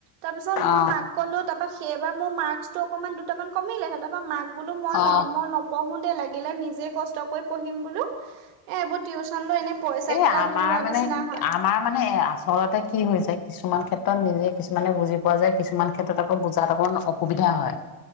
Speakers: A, on the right (about 65°); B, on the left (about 45°).
A: তাৰপিছত মই
B: অ
A: মাক কলো ত সেইবাৰ মোৰ মাক অকমান দুটামান কমিলে সতাৰাপ পৰা মাক বোলো মই
B: অ
A: ন মই নঢ়ো দে লাগিলে নিজে কষ্ট পিছতকে পঢ়িম বোলোঁ এ এইবোৰ টিউচ চন্দ এনে পইচা
B: এ
A: কেইটা
B: আমাৰ
A: যোৱা
B: মানে
A: নিচিনা হয়
B: আমাৰ মানে আচলতে কি হৈ হৈছে কিছুমান ক্ষেত্ৰত নিজ কিছুমানে বুজি পোৱা যায় কিছুমান ক্ষেত্ৰত আকৌ বুজাত অকণ অসুবিধা হয়